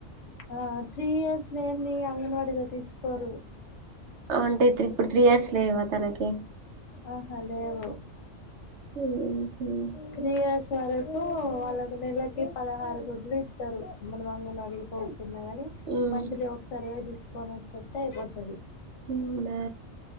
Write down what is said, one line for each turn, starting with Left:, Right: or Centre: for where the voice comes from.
Left: ఆ త్రీ ఇయర్స్ లేీ అంగన్వాడీలో తీసుకోరు
Right: వు అంటే ఇప్పుడు త్రీ ఇయర్స్ లేవా తనకి
Left: ఆహా లేేవ
Right: ఓహ
Left: త్రీ ఇయర్స్ వరకు వాళ్ళకు నెలకి పదహారు గుడ్లు ఇస్తారు మన వంగన అడిగిపో న్నా కాని
Right: ఉమ్
Left: మంత్లీ ఒక సర్వే తీసుకొని వచ్చస్తే అయిపోతుది
Right: అవునా